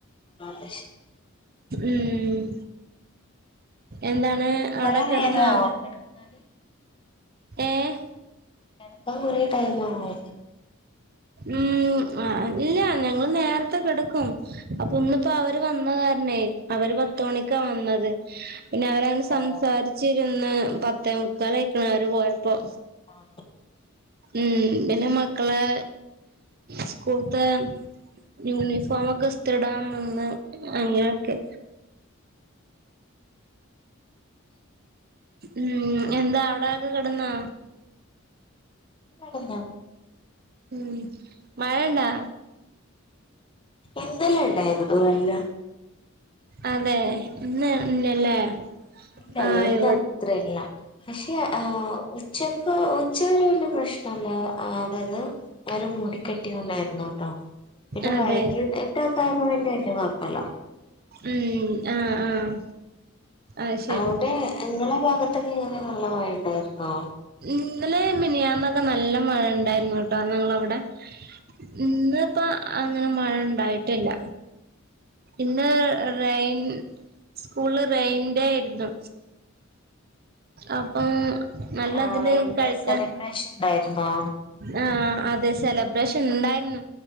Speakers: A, on the left; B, on the right.
A: അത് ശ
B: ഉം എന്താണ് അവടെ
A: കൊറേ
B: കെടന്നാ
A: നേരായോ കെടക്കാന്
B: ഏഹ്
A: കെട്ക്കാ കൊറേ ടൈമാവു-
B: ഉം ആ ല്ല ഞങ്ങള് നേർത്തെ കെട്ക്കും. അപ്പം ഇന്ന്പ്പോ അവര് വന്ന കാരണേ അവര് പത്തുമണിക്കാ വന്നത് പിന്ന അവരെ.
A: അതെല്ലേ?
B: ന്ന് സംസാരിച്ചിരുന്ന് പത്തേമുക്കാലായിക്കണ് അവര് പോയപ്പോ.
A: ആ.
B: ഉം പിന്ന മക്കളെ സ്കൂൾത്തെ യൂനിഫോമൊക്കെ ഇസ്തിരിടാൻ നിന്ന് അങ്ങനെയൊക്കെ ഉം എന്താ ഔടെക്കെ കെട്ന്നാ.
A: കെടന്നാ
B: ഉം മഴ ണ്ടാ
A: ഇന്നല ഇണ്ടായിരുന്നു നല്ല
B: അതെ ഇന്ന് ഇല്ലല്ലേ
A: ല്ലല്ല
B: ആഹ്
A: ഇന്നത്ര
B: ഇവ
A: ല്ല പശെ ആ ക്ഷെ പ്പോ ഉച്ചവരെ വല്ല പ്രശ്നല്ല ആ അതായ്ത്. അരു മൂടിക്കെട്ടിയോണ്ടായിര്ന്നു ട്ടോ. പിന്നെ
B: അതെ
A: വൈകി എത്താത്തായപ്പോ പിന്നെ വല്യ കൊഴപ്പല്ല.
B: ഉം ആഹ് ആഹ് അത് ശരി
A: ഔടെ ഇങ്ങളെ ഭാഗത്തൊക്കെ ങ്ങനെ നല്ലമയണ്ടായിര്ന്നോ?
B: ഇന്നലെ മിനിയാന്നൊക്കെ നല്ല മഴ ഇണ്ടായിരുന്നുട്ടോ ഞങ്ങളവടെ ട ഇന്ന്പ്പ അങ്ങനെ മഴ ണ്ടായിട്ടില്ല. ന്ന് റെയ്ൻ സ്കൂൾല് റെയിൻഡേ യ്ര്ന്നു. അപ്പം നല്ലതില്
A: ആഹ് റെയിൻ
B: കഴിക്കാൻ.
A: ഡേ സെലിബ്രേഷൻ ഉണ്ടായിരുന്നോ
B: ആഹ അതെ സെലബ്രേഷൻ ഇണ്ടായിരുന്നു